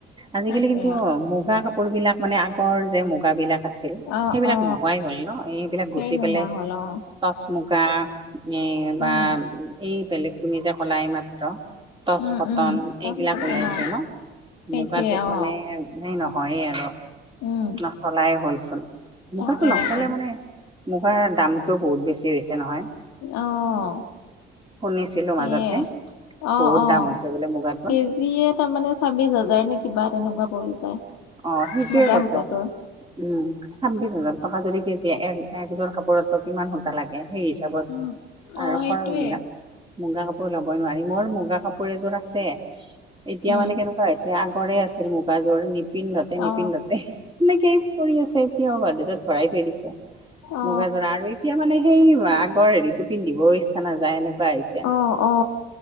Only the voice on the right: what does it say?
আজিকালি
কিন্তু মোক। কিবা কাপোৰ বিলাক মানে আগ গৰৰ যে মুগাবিলাক আছিল
সেইবিলাক
নোহোৱাই হ'ল ন এইবিলাক
গুচি
পেলে।
টচ মুগা এই বা
এই বেলেগ তুমি যে কলাই মাত্ৰ। টচ
কটন
এইবিলাক
ওলাইছে ন'
মুগাটো
মানে হে নহয়ে আৰু
নাচ। চলাই হ'লচোন
মুগাৰটো নচলে
মানে মুগাৰ দামটো বহুত বেছি হৈছে। নহয়
শুনিছিলোঁ
মাজতে
বহুত
দাম হৈছে বোলে মুগাটো
অ' সেইটোয়ে
কৈছো
উম ছাব্বিশ হাজাৰ টকা যদি কেজিয়ে এক একযোৰ কাপোৰতো কিমান সূতা লাগে সেই হিচাপত
আৰু
খৰচবিলাক। মুগা কাপোৰ ল'বই নোৱাৰি। মোৰ মুগা কাপোৰ এযোৰ আছে। এতিয়া
মানে কেনেকুৱা হৈছে। আগৰে আছিল মুগাযোৰ নিপিন্ধতে নিপিন্ধতে
সেনেকে পৰি আছে এতিয়াও গদ্দেজত ভৰাই থৈ দিছোঁ।
মুগাজোৰা আৰু এই এতিয়া মানে সেই আগৰ হেৰিটো পিন্ধিবও ইচ্ছা নাযায় এনেকুৱা হৈছে।